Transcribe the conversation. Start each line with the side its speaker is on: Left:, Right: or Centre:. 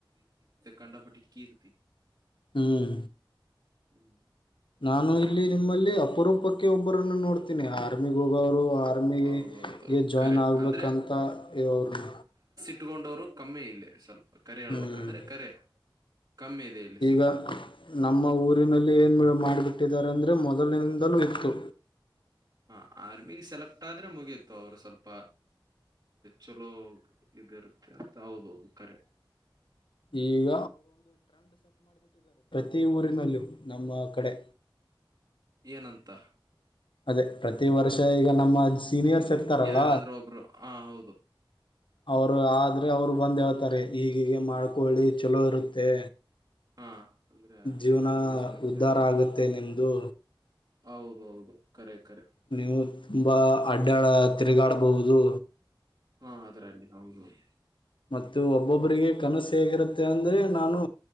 Right: ಕಂಡಾಪಟ್ಟಿ ಕೀರ್ತಿ.
Left: ಹ್ಮ್.
Right: ಹ್ಮ.
Left: ನಾನು ಇಲ್ಲಿ ನಿಮ್ಮಲ್ಲಿ ಅಪರೂಪಕ್ಕೆ ಒಬ್ ಒಬ್ಬರನ್ನು ನೋಡ್ತೀನಿ. ಆರ್ಮಿಗೆ ಹೋಗೋರು ಆರ್ಮಿಗೆ
Right: ಹೌದೌದು
Left: ಜಾಯ್ನ್
Right: ಕರೆ
Left: ಆಗ್ಬೇಕಂತ
Right: ಅಂದ್ರೆ
Left: ಇರೋರು
Right: ಇಟ್ಕೊಂಡೋರು ಕಮ್ಮಿ ಇಲ್ಲಿ ಸ್ವಲ್ಪ್. ಕರೆ ಹೇಳ್ಬೇಕಂದ್ರೆ
Left: ಹ್ಮ್
Right: ಕರೆ. ಕಮ್ಮಿ ಇದೆ ಇಲ್ಲಿ ಸ್ವಲ್ಪ
Left: ಈಗ ನಮ್ಮ ಊರಿನಲ್ಲಿ ಏನ್ ಮಾಡ್ಬಿಟ್ಟಿದ್ದಾರೆ ಅಂದ್ರೆ ಮೊದಲಿನಿಂದಲೂ ಇತ್ತು.
Right: ಹಾ ಆರ್ಮಿಗೆ ಸೆಲೆಕ್ಟ್ ಆದ್ರೆ ಮುಗೀತು ಅವರು ಸ್ವಲ್ಪ ಚುಲೋ ಇದಿರುತ್ತೆ ಅಂತ ಹೌದೌದು ಕರೆ.
Left: ಈಗ ತಿ ಊರಿನಲ್ಲೂ ನಮ್ಮ ಕಡೆ.
Right: ಏನಂತ.
Left: ಅದೇ ಪ್ರತಿ ವರ್ಷ ಈಗ ನಮ್ಮ ಸೀನಿಯರ್ಸ್ ಇರ್ತಾರಲ್ಲ
Right: ಯಾರಾದ್ರೂ ಒಬ್ರು ಹಾ ಹೌದು.
Left: ಅವ್ರು ಆದ್ರೆ ಅವ್ರು ಬಂದ್ ಹೇಳ್ತಾರೆ ಈಗೀಗೆ ಮಾಡ್ಕೊಳ್ಳಿ ಚುಲೋ ಇರುತ್ತೆ.
Right: ಹಾ ಅಂದ್ರೆ
Left: ಜೀವನ
Right: ಆರ್ಮಿಗೆ ಸೆಲೆಕ್ಟ್
Left: ಉದ್ಧಾರ
Right: ಆಗ್ಯ
Left: ಆಗುತ್ತೆ ನಿಮ್ದು.
Right: ಹೌದೌದು ಕರೆ. ಕರೆ
Left: ನೀವು ತುಂಬಾ ಅಡ್ಡಾಡಾ ತಿರುಗಾಡ್ಬಹುದು.
Right: ಹಾ ಅದ್ರಲ್ಲಿ ಹೌದೌದು.
Left: ಮತ್ತು ಒಬ್ಬೊಬ್ಬರಿಗೆ ಕನಸು ಹೇಗಿರುತ್ತೆ ಅಂದರೆ ನಾನು